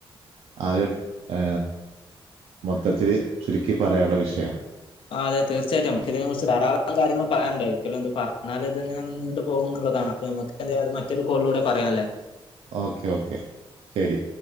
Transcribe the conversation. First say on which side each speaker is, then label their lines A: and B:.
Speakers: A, on the right (about 80°); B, on the left (about 65°).
A: ആകെ ഏ മൊത്തത്തില് ചുരുക്കി പറയാനുള്ള വിഷയം
B: ആ അതെ തീർച്ചയായിട്ടും നമുക്ക് ഇതിനെ കുറിച്ച് ധാരാളം കാര്യങ്ങള് പറയാനുണ്ട് ഒരിക്കലും ഇത് പറഞ്ഞാല് ഇതിങ്ങനെ നീണ്ടു പോകോന്ന് ള്ളതാണ് അപ്പ നമുക്ക് അത് മറ്റൊരു കോളിലൂടെ പറയാല്ലേ
A: ഓക്കെ ഓക്കെ ശരി